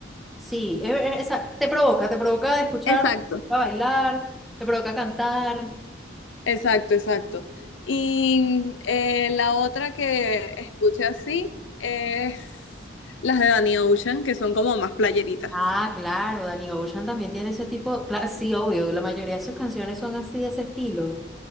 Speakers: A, in the centre; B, on the left.
A: Sí, es- es- esa- te provoca, te provoca de escuchar,
B: Exacto.
A: a bailar, te provoca cantar.
B: Exacto, exacto. Y eh, la otra que escuché así es las de Danny Ocean, que son como más playeritas.
A: Ah, claro, Danny Ocean también tiene ese tipo. Claro, sí, obvio, la mayoría de sus canciones son así de ese estilo.